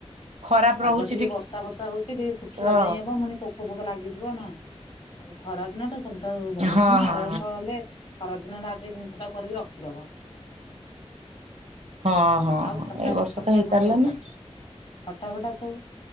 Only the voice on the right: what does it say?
ଖରାପ
ରହୁଛି
ତ
ହଁ
ହଁ ହଁ
ହଁ ହଁ
ହଁ
ଏଇ ବର୍ଷ
ତ ହେଇପାରିଲାନି